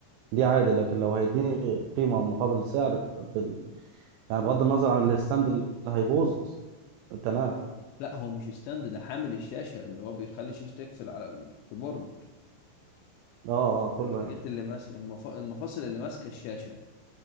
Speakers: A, on the right; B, on the left.
A: دي عادي لكن لو هيديني قيمه مقابل سعر بال يعني بغض النظر عن الستاند اللي هيبوظ تمام
B: هو- لا هو مش ستاند ده حامل الشاشة اللي هو بيخلي الشاشة تقفل على الكيبورد
A: اه اه كله
B: الحاجات
A: يعني
B: اللي ماسكة المف... المفاصل اللي ماسكة الشاشة